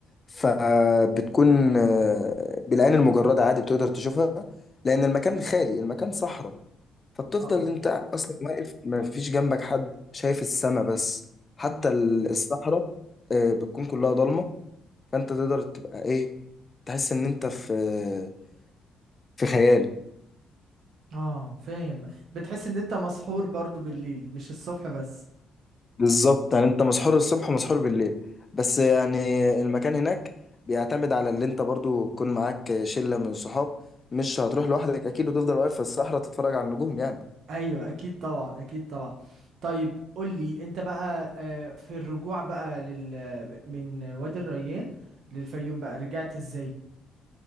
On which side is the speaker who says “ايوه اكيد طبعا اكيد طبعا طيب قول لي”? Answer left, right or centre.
Right